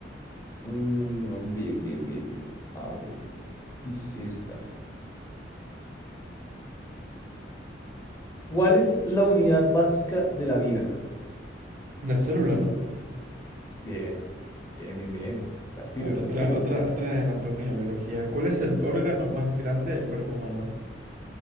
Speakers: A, on the left; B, on the right.
A: Mm, bien, bien, bien, bien. A ver, dice esta. ¿Cuál es la unidad básica de la vida?
B: La célula, ¿no?
A: Bien, bien, bien, bien. Estás pilo,
B: A ver,
A: estás
B: otra,
A: pilo.
B: otra, otra de anatomía, biología. ¿Cuál es el órgano más grande del cuerpo humano?